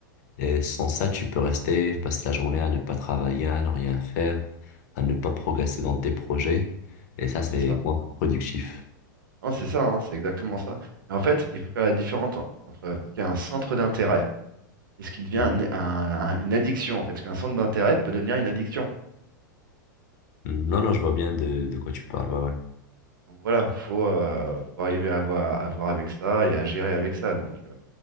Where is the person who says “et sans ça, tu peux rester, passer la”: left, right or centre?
Left